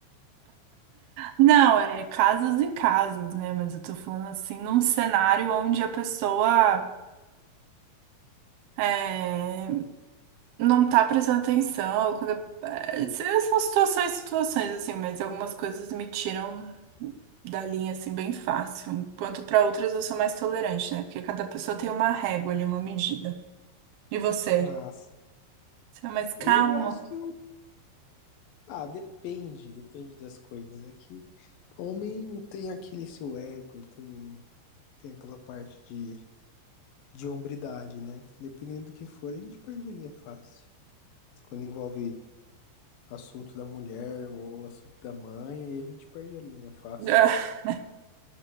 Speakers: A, on the right; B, on the left.
A: não, é casos e casos, né? Mas eu tô falando assim, num cenário onde a pessoa é, não tá prestando atenção. Quando, é, são situações, situações, assim, mas algumas coisas me tiram da linha, assim, bem fácil. Enquanto pra outras eu sou mais tolerante, né? Porque cada pessoa tem uma régua ali, uma medida. E você?
B: Nossa,
A: Você é mais calmo?
B: eu acho que eu, ah, depende, depende das coisas. É que homem tem aquele seu ego, tem, tem aquela parte de de hombridade, né? Dependendo do que for, a gente perde a linha fácil. Quando envolve assunto da mulher ou assunto da mãe, aí a gente perde a linha fácil.
A: <laughs>